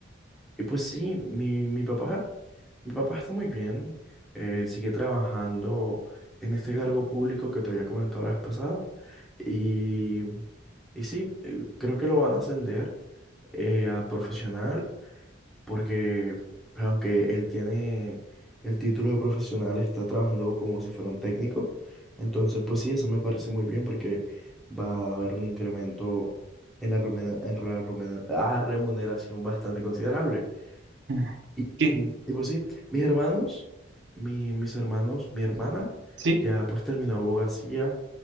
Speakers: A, in the centre; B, on the right.
A: y pues sí, mi, mi papá. Mi papá está muy bien, eh, sigue trabajando en este cargo público que te había comentado la vez pasada y, y sí, eh, creo que lo van a ascender eh, a profesional porque aunque él tiene el título de profesional, está trabajando como si fuera un técnico. Entonces, pues sí, eso me parece muy bien porque va a haber un incremento en la, rumena- en la rumena- ah, remuneración bastante considerable.
B: eh,
A: Y,
B: ¿Qué?
A: y- y pues sí, mis hermanos, mi- mis hermanos, mi hermana
B: ¿Sí?
A: ya pues terminó abogacía,